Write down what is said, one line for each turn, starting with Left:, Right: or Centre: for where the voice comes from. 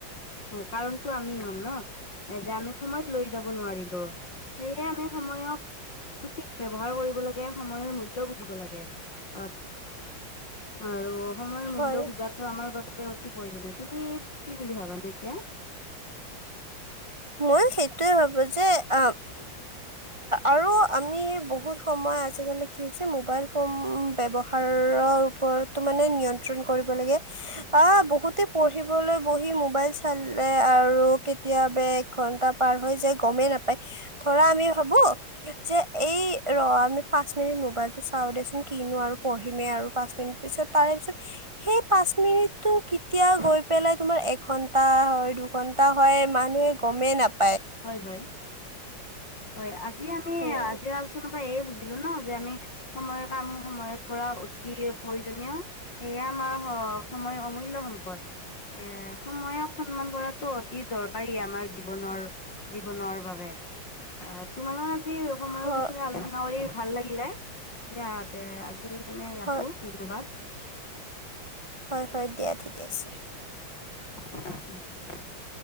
Left: কাৰণ ত আমি হ'ম ন। এ যে আমি সময়ত লৈ যাব নোৱাৰিলো, সেয়ে আমি সময়ক সঠিক ব্যৱহাৰ কৰিব লাগে, সময়ৰ মূল্য বুজিব লাগে অ আৰু সময়ৰ মূল্য
Right: হয়
Left: টো আমাৰ বাবে অতি প্ৰয়োজনীয়। তুমি কি বুলি ভাবানো এতিয়া?
Right: মই সেইটোয়ে ভাবো যে অ আৰু আমি বহুত সময় আজিকালি কি হৈছে, মোবাইল ফোন ব্যৱহাৰৰ ওপৰতো মানে নিয়ন্ত্ৰণ কৰিব লাগে, আহ বহুতে পঢ়িবলৈ বহি মোবাইল চালে আৰু কেতিয়াবা ঘন্টা পাৰ হৈ যে গমেই নাপায়, ধৰা আমি ভাবো যে এই ৰ আমি পাঁচ মিনিট মোবাইল টো চাও দেচোন কিনো আৰু পঢ়িমেই আৰু পাঁচ মিনিট পিছত তাৰে পিছত, সেই পাঁচ মিনিটটো কেতিয়া গৈ পেলাই তোমাৰ এঘন্টা হয় দুঘন্টা টা হয় মানুহে মেন আপ
Left: হয় হয়। হয় আ আজি আমি,
Right: উম
Left: আজিৰ আলোচনা ত এই বুজিলো ন যে আমি সময়ৰ কাম সময়ত কৰা অতি প্ৰয়োজনীয়, সেয়া আমাৰ সময় অমূল্য সম্প পদ, এ সময়ক সন্মান কৰাটো অতি দৰকাৰী আমাৰ জীৱনৰ জীৱনৰ বাবে। অ তোমাল সে সময়ৰ
Right: হয়
Left: বিষয়ে আলোচনা কৰি ভাল লাগিলে, ইয়াতে সনে ৰাখো
Right: হয়
Left: ধন্যবাদ।
Right: হয় হয় দিয়া ঠিকে আছে।
Left: <inaudible>